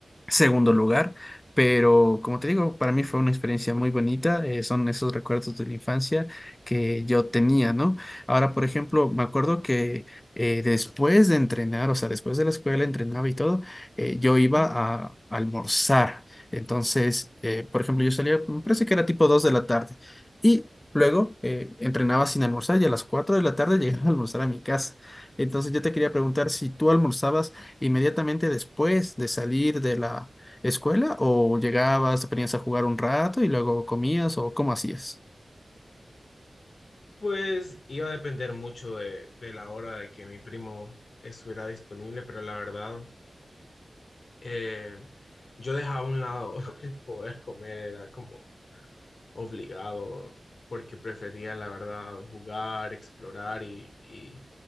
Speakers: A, on the left (about 25°); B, on the left (about 70°).
A: segundo lugar, pero como te digo, para mí fue una experiencia muy bonita. eh, son esos recuerdos de la infancia que yo tenía, ¿no? Ahora, por ejemplo, me acuerdo que eh, después de entrenar, o sea, después de la escuela, entrenaba y todo, eh, yo iba a almorzar. Entonces, eh, por ejemplo, yo salía, me parece que era tipo 2 de la tarde. Y Luego eh, entrenaba sin almorzar y a las 4 de la tarde llegaba a almorzar a mi casa. Entonces yo te quería preguntar si tú almorzabas inmediatamente después de salir de la escuela o llegabas, te ponías a jugar un rato y luego comías o cómo hacías.
B: Pues iba a depender mucho de, de la hora de que mi primo estuviera disponible, pero la verdad, eh, yo dejaba a un lado <laughs> el poder comer, era como obligado, porque prefería, la verdad, jugar, explorar y, y